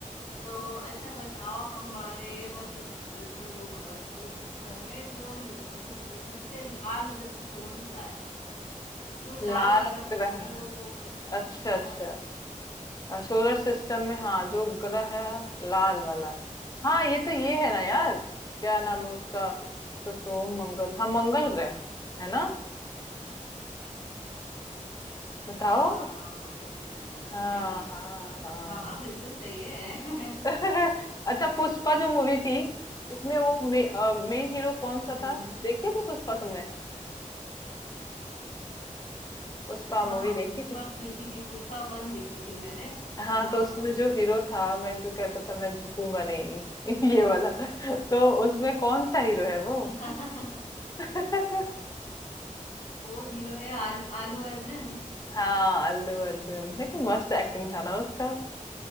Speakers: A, on the left; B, on the left.
A: तो अच्छा बताओ हमारे मतलब जो सोलर सिस्टम है जो सब सबसे लाल ग्रह कौन सा है जो लाल
B: लाल
A: ग्रह
B: ग्रह
A: है यो वो कौन सा है?
B: अच्छा
A: ये तो बिना
B: अच्छा सोलर सिस्टम में हाँ जो ग्रह है लाल वाला हाँ ये तो ये है ना यार क्या नाम है उसका
A: हम्म,
B: को सोम मंगल हाँ मंगल ग्रह है ना बताओ
A: हाँ मंगल ग्रह है
B: हाँ
A: सही
B: हाँ हाँ
A: है हाँ हाँ बिल्कुल सही है
B: <laughs>
A: <laughs>
B: अच्छा पुष्पा जो मूवी थी उसमें वो मे, मेन हीरो कौन सा
A: हम्म
B: था देखी थी पुष्पा तुमने पुष्पा
A: हाँ
B: मूवी देखी
A: पुष्पा
B: थी
A: तो देखी थी पुष्पा वन देखी थी मैंने
B: हाँ
A: हाँ
B: तो उसमें
A: हाँ
B: जो हीरो था मैं जो कहता था मैं झुकूंगा नहीं <laughs> ये वाला तो उसमें कौन सा हीरो है वो
A: <laughs>
B: <laughs>
A: वो हीरो है आल, आलू अर्जुन
B: हाँ अल्लू अर्जुन लेकिन मस्त एक्टिंग था ना उसका